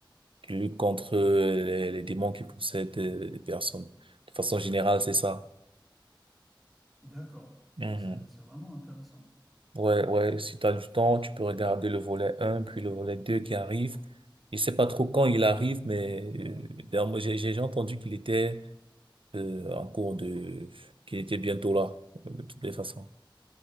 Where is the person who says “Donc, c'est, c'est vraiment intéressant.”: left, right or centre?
Centre